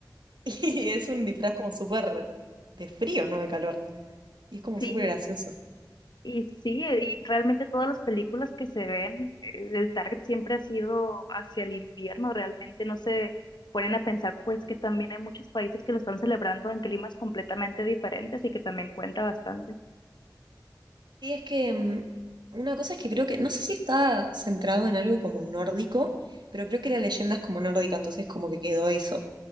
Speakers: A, on the right; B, on the left.
A: <laughs> y es un disfraz como súper de frío, no de calor. Y es como
B: Sí,
A: súper gracioso.
B: y sí, eh, y realmente todas las películas que se ven, eh, el target siempre ha sido hacia el invierno, realmente no se ponen a pensar pues que también hay muchos países que lo están celebrando en climas completamente diferentes y que también cuenta bastante.
A: Sí, es que mm, una cosa es que creo que, no sé si está centrado en algo como nórdico, pero creo que la leyenda es como nórdica, entonces como que quedó eso.